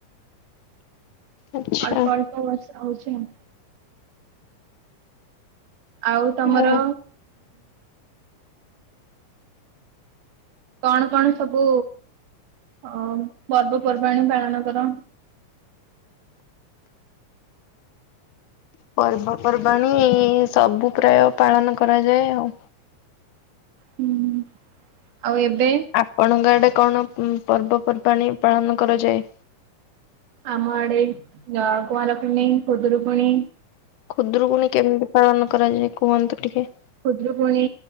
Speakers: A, on the left; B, on the right.
A: ଆଚ୍ଛା
B: ଅଳ୍ପ ଅଳ୍ପ ବର୍ଷା ହଉଛି ଆଉ। ଆଉ ତମର?
A: ଓ
B: କଣ କଣ ସବୁ? ହଁ ପର୍ବପର୍ବାଣୀ ପାଳନ କର।
A: ପର୍ବପର୍ବାଣୀ ସବୁ ପ୍ରାୟ ପାଳନ କରାଯାଏ ଆଉ।
B: ହୁଁ। ଆଉ ଏବେ
A: ଆପଣଙ୍କ ଆଡେ କଣ ଉଁ ପର୍ବପର୍ବାଣୀ ପାଳନ କରାଯାଏ?
B: ଆମ ଆଡେ ୟା କୁଆଁର ପନେଇଁ, ଖୁଦୁରୁକୁଣି।
A: ଖୁଦୁରୁକୁଣୀ କେମିତି ପାଳନ କରାଯାଏ କୁହନ୍ତୁ ଟିକେ?
B: ଖୁଦୁରୁକୁଣୀ